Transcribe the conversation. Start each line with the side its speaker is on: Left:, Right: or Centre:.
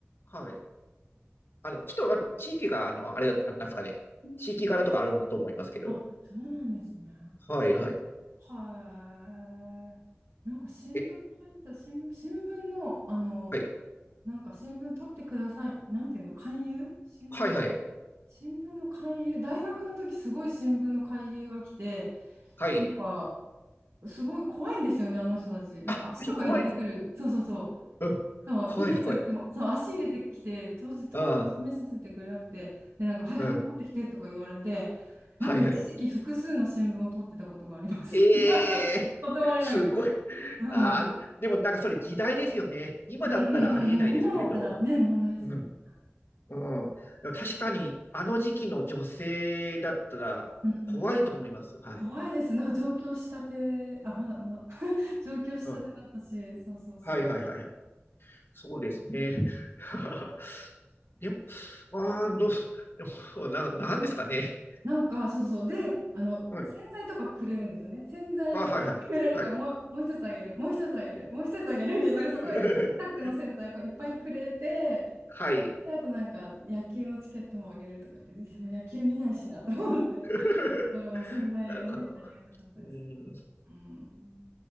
Left: はい。あの、ちょっとあ地域が、あの、あれだ、あなんですかね、
Right: うん
Left: 地域柄とかあると思いますけど、
Right: あ、そうなんですね。
Left: はいはい。
Right: はい。なんか新聞配達、
Left: え、
Right: 新、新聞の、あの、
Left: はい。
Right: なんか新聞取ってください。なんていうの勧誘新聞
Left: はいはい。
Right: 新聞の勧誘、大学の時すごい新聞の勧誘が来て、
Left: はい。
Right: なんか、すごい怖いんですよね、あの人たち。なんか足とか入れてくる。
Left: あ、私怖いです。
Right: そうそうそう。
Left: うん。
Right: そう、
Left: 怖いです、
Right: いいですっても、
Left: 怖いです。
Right: そう、足入れてきて、当時、当示させてくれなくて、
Left: ああ、
Right: で、なんか、はい、ハンコ持ってきてとか言われて、
Left: うん。
Right: なんか一時期複数の新聞を取ってたことがあります。
Left: はいはい。ええすごい。
Right: <laughs> 断れなくて。うん。
Left: ああ、
Right: うん
Left: でもなんかそれ時代ですよね。今だったらありえないですけれど。
Right: うんうんうん。今だったらね、問題ですもんね。
Left: うん。うん。でも確かに、あの時期の女性だったら怖いと思います。
Right: うんうん。
Left: はい。
Right: 怖いです。なんか上京したて、あ、まだまだ <laughs> 上京したてだったし、
Left: うん。
Right: そうそうそう。
Left: はいはいはい。そうですね。<laughs> でも、ああ、どうす、でも、な、なんですかね。
Right: なんか、そうそう。で、あの、
Left: はい。
Right: 洗剤とかくれるんですよね。洗剤くれるから、
Left: あ、はいはい。はい。
Right: もう、もう一つあげる、もう一つあげる、もう一つあげるみたいな、なんかすごい、
Left: <laughs>
Right: アタックの洗剤をこういっぱいくれて、
Left: はい。
Right: で、あとなんか、野球のチケットもあげるとか言って、でもう野球見ないしなと思って、
Left: <laughs>
Right: <laughs> まあ、でも洗剤はね、
Left: なるほど。
Right: ありがたかったですけど。
Left: うーん
Right: うん。